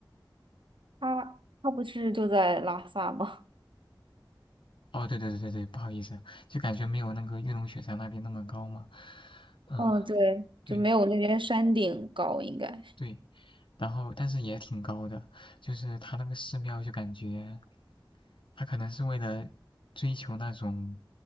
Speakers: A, on the right; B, on the left.
A: 他他不是就在拉萨吗？
B: 哦，对对对对对，不好意思，就感觉没有那个玉龙雪山那边那么高嘛。嗯，
A: 嗯，对，
B: 对
A: 就没有那边山顶高，应该。
B: 对，然后但是也挺高的，就是它那个寺庙就感觉，它可能是为了追求那种